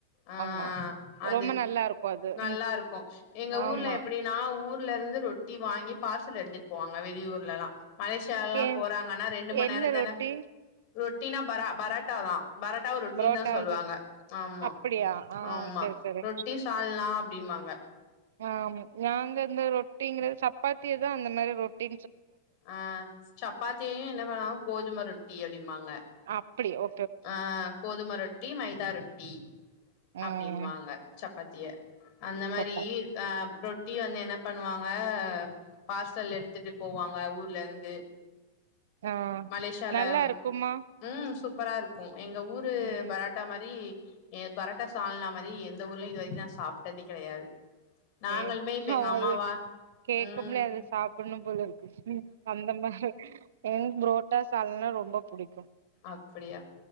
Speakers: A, on the left; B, on the right.
A: ஆ
B: ஆமா
A: அது
B: ரொம்ப நல்லா இருக்கு அது
A: நல்லா
B: ம்
A: இருக்கும் எங்க
B: ஆமா
A: ஊர்ல எப்டின்னா ஊ ஊர்ல இருந்து ரொட்டி வாங்கி பார்சல் எடுத்துட்டு போவாங்க வெளியூர்லலாம் மலேசியாலாம்
B: ஏ
A: போறாங்கனா ரெண்டு மணி
B: என்ன
A: நேரம் தான
B: ரொட்டி
A: ரொட் டினா பரா பரோட்டாதான் பரோட்டாவா ரொட்டி
B: புரோட்டாவது
A: ன் தா சொல்லுவாங்க ஆமா
B: அப்படியா ஆ
A: ஆமா
B: சரி சரி
A: ரொட்டி சாள்னா அப்டிம்பாங்க
B: ஆமா நாங்க இந்த ரொட்டிங்கிறது சப்பாத்தியதான் அந்த மாரி ரொட்டி
A: ஆ சப்பாத்தியையும் இந்த பக்கலா கோதும ரொட் டி அப்டிம்பாக
B: அப்படி ஓ
A: ஆ கோதும ரொட்டி மைதா ரொட் ம்
B: ம்
A: அப்டிமாங்க சப்பாத் திய அந்த மாரி
B: சப்பாத்தி
A: ஆ ரொ ட்டிய வந்து என்ன பண்ணுவாங்க பார்சல் எடுத்துட்டு போவாங்க ஊர்ல இருந்து
B: ஆ
A: மலேசியால
B: நல்லா இருக்குமா
A: ம் சூப் பரா இருக்கும் எங்க ஊரு
B: ம்
A: பராட்டா மாரி எங்க பரட்டா சால்னா மாரி எந்த ஊர்ல இது வரைக்கு நா சாப்டதே கெடையாது நாங்களுமே
B: அ
A: இப்ப
B: ஹா
A: எங்க அம்மாவா
B: அது கேக்கமுலே
A: ம்
B: அது சாப் புன்னும் போலரு க்கு அந்த மாரி அ ப்ரோட்டா சால்னா ரொ ம்ப புடி
A: அப்புடியா